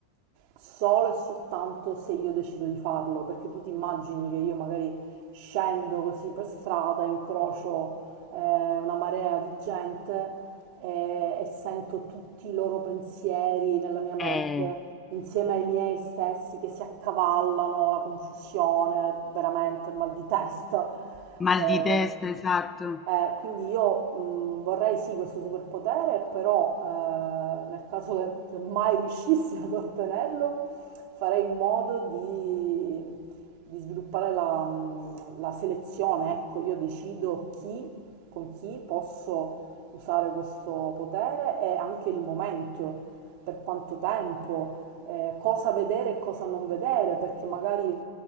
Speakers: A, on the right (about 50°); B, on the left (about 20°).
A: solo e soltanto se io decido di farlo, perché tu ti immagini che io magari scendo così per strada, incrocio eh, una marea di gente eh, e sento tutti i loro pensieri nella mia mente
B: Eh,
A: insieme ai miei stessi che si accavallano, la confusione, veramente il mal di testa.
B: mal
A: Eh,
B: di testa, esatto.
A: eh, quindi io mh, vorrei sì questo superpotere, però eh, nel caso che se mai riuscissi <laughs> ad ottenerlo, farei in modo di, di sviluppare la, mh, la selezione. Ecco, io decido chi, con chi posso usare questo potere e anche il momento, per quanto tempo, eh, cosa vedere e cosa non vedere, perché magari